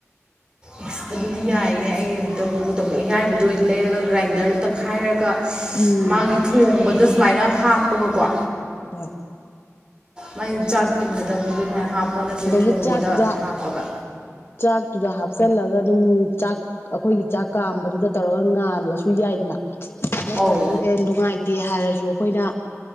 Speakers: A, on the right; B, on the left.
A: ꯑꯦꯁ ꯑꯗꯨꯗꯤ ꯌꯥꯏꯅꯦ ꯑꯩ ꯑꯝꯇꯕꯨ ꯇꯧꯒꯦ ꯑꯌꯥꯏꯕꯗꯨ ꯑꯣꯏꯅ ꯂꯩꯔꯒ ꯒ꯭ꯔꯥꯏꯟꯗꯔꯗ ꯇꯛꯈꯥꯏꯔꯒ
B: ꯎꯝ
A: ꯃꯥꯒꯤ ꯊꯣꯡꯕꯗ ꯁꯨꯃꯥꯏꯅ ꯍꯥꯞꯄꯒꯀꯣ
B: ꯍꯣꯏ
A: ꯃꯥꯏ ꯆꯥꯛ ꯏꯟꯒꯗꯕꯗꯨꯗꯒꯤꯥ ꯍꯥꯞꯄ ꯅꯠꯇ꯭ꯔꯒ
B: ꯑꯗꯒꯤ
A: ꯊꯣꯡꯕꯗ
B: ꯆꯥꯛꯇꯨꯗ
A: ꯍꯥꯞꯄꯒ
B: ꯆꯥꯛꯇꯨꯗ ꯍꯥꯞꯆꯤꯜꯂꯒ ꯑꯗꯨꯝ ꯆꯥꯛ ꯑꯩꯈꯣꯏꯒꯤ ꯆꯥꯛ ꯀꯥꯝꯕꯗꯨꯗ ꯇꯧꯔꯒ ꯉꯥꯜꯂꯁꯨ ꯌꯥꯏꯗꯅ ꯅꯠꯇ꯭ꯔꯁꯨ
A: ꯑꯧ
B: ꯑꯦ ꯅꯨꯡꯉꯥꯏꯇꯦ ꯍꯥꯏꯔꯁꯨ ꯑꯩꯈꯣꯏꯅ